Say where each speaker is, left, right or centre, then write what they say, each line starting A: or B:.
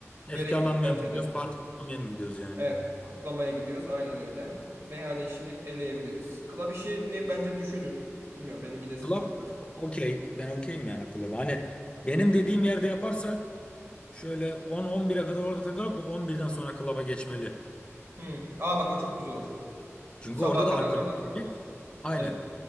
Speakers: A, on the left (about 20°); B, on the right (about 55°).
A: Efkarlanmaya
B: Gerek yok bence
A: mı gidiyoruz?
B: de.
A: Parti kurmaya mı gidiyoruz yani?
B: Evet, kutlamaya gidiyoruz. Aynen öyle. Meyhane işini eleyebiliriz. Club işini bence düşünün. Bilmiyorum benim gidesim
A: Club
B: çok var.
A: okey. Ben okeyim yani club. Hani benim dediğim yerde yaparsak şöyle 10-11'e kadar orada takılıp da 11'den sonra club'a geçmeli.
B: Hmm. Aa bak o çok güzel olur.
A: Çünkü
B: Sabaha
A: orada da
B: kadar
A: alkol
B: da orada
A: içildi.
B: takılırız.
A: Aynen.
B: Evet.